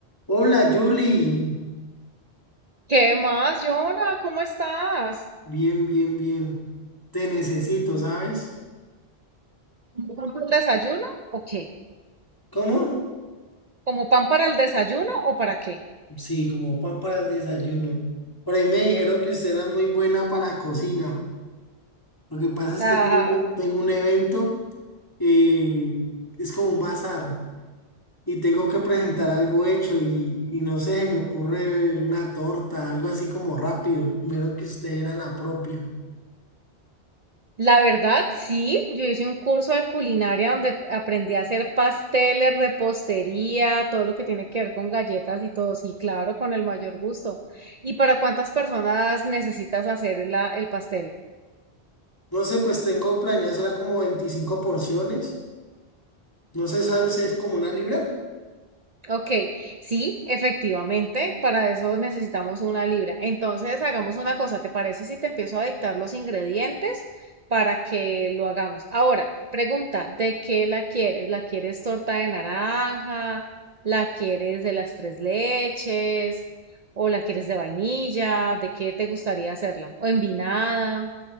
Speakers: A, on the left; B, on the right.
A: Hola, Julie.
B: ¿Qué más, Yona? ¿Cómo estás?
A: Bien, bien, bien. Te necesito, ¿sabes?
B: ¿Pan para el desayuno o qué?
A: ¿Cómo?
B: ¿Como pan para el desayuno o para qué?
A: Sí, como pan para el desayuno. Por ahí me dijeron que usted era muy buena para la cocina. Lo que pasa es
B: La,
A: que tengo, tengo un evento, eh, es como un bazar, y tengo que presentar algo hecho y, y no sé, se me ocurre una torta, algo así como rápido. Primero que usted era la propia.
B: la verdad, sí, yo hice un curso de culinaria donde aprendí a hacer pasteles, repostería, todo lo que tiene que ver con galletas y todo. Sí, claro, con el mayor gusto. ¿Y para cuántas personas necesitas hacer la- el pastel?
A: No sé, pues tengo planeado, será como 25 porciones. No sé, ¿sabes? ¿Es como una libra?
B: Ok, sí, efectivamente, para eso necesitamos una libra. Entonces, hagamos una cosa, ¿te parece si te empiezo a dictar los ingredientes para que lo hagamos? Ahora, pregunta, ¿de qué la quieres? ¿La quieres torta de naranja? ¿La quieres de las tres leches? ¿O la quieres de vainilla? ¿De qué te gustaría hacerla? ¿O envinada?